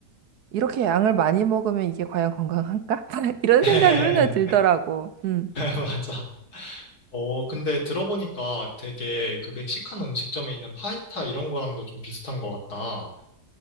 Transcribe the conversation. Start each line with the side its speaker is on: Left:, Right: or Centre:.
Right: 이렇게 양을 많이 먹으면 이게 과연 건강한가? <laughs> 이런
Left: <laughs>
Right: 생각이 맨날 들더라고. 음.
Left: 맞아. 어, 근데 들어보니까 되게 그 멕시칸 음식점에 있는 파이타 이런 거랑도 좀 비슷한 것 같다.